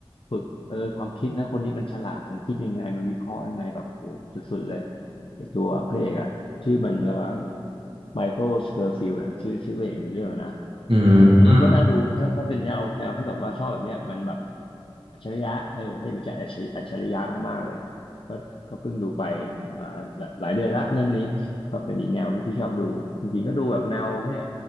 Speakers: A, on the left; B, on the right.
A: ฝึกเออความคิดนะคนที่มันฉลาดมันคิดยังไงมันวิเคราะห์ยังไงแบบโหสุดๆเลย ไอตัวพระเอกอะชื่อมันอะไรวะไมเคิลสเคอร์ฟิลด์อะชื่อชื่อพระเอกในเรื่องอะนะ
B: อื
A: เอออันนี้ก็น่าดูถ้าถ้าเป็นแนวแนวที่แบบว่าชอบแบบเนี้ยมันแบบ
B: ม
A: อัจฉริยะเออที่มันจะอัจฉริอัจฉริยะมากๆเลยก็ก็เพิ่งดูไปมาหลายหลายเดือนละเรื่องนี้ก็เป็นอีกแนวที่พี่ชอบดูจริงๆก็ดูแบบแนวเนี่ย